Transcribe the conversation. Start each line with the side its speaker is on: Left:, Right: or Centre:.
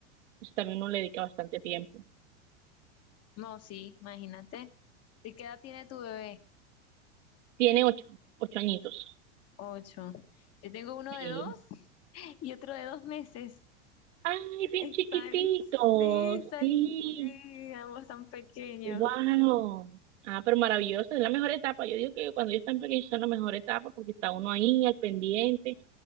Right: eso también uno le dedica bastante tiempo.
Left: No, sí, imagínate. ¿De qué edad tiene tu bebé?
Right: Tiene ocho, ocho añitos.
Left: Ocho. Yo tengo uno
Right: Sí.
Left: de dos y otro de dos meses.
Right: Ay, bien
Left: Están,
Right: chiquitito,
Left: sí, están,
Right: sí.
Left: sí, ambos están pequeños.
Right: Wow. Ah, pero maravilloso, es la mejor etapa. Yo digo que cuando ellos están pequeños son la mejor etapa porque está uno ahí al pendiente